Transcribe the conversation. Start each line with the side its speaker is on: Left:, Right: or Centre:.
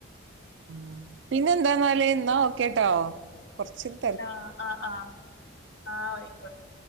Right: ഉം പിന്നെ എന്താന്നാല് എന്നാ ഓക്കേട്ടോ കൊറച്ച്
Left: ആഹ് ആഹ് അഹ് ആ ആയിക്കോട്ടെ